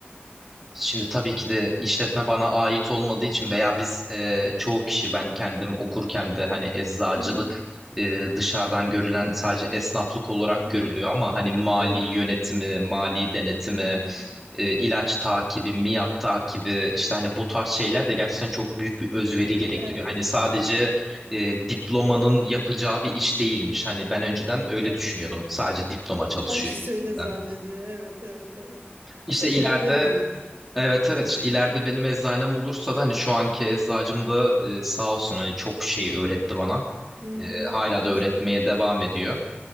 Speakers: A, in the centre; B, on the right.
A: Şimdi tabii ki de işletme bana ait olmadığı
B: Hı
A: için
B: hı.
A: veya biz e, çoğu kişi ben kendim okurken de hani eczacılık
B: Hı hı.
A: e, dışarıdan görülen sadece esnaflık olarak
B: Hmm,
A: görülüyor ama hani mali
B: Evet.
A: yönetimi, mali denetimi,
B: Hmm,
A: e, ilaç takibi, miat takibi işte hani bu tarz şeyler de gerçekten çok büyük bir özveri gerektiriyor.
B: Evet.
A: Hani sadece e, diplomanın yapacağı bir iş değilmiş. Hani ben önceden öyle
B: Evet.
A: düşünüyordum. Sadece diploma çalışıyor
B: Herkes
A: gibisinden.
B: öyle zannediyor. Evet, evet, evet.
A: İşte
B: Aslında çok
A: ileride
B: ağır bir yük.
A: Evet evet işte ileride benim eczanem olursa da hani şu anki eczacım da e, sağ olsun hani çok şey öğretti bana.
B: Hı hı.
A: E, hala
B: Ne
A: da
B: güzel.
A: öğretmeye devam ediyor.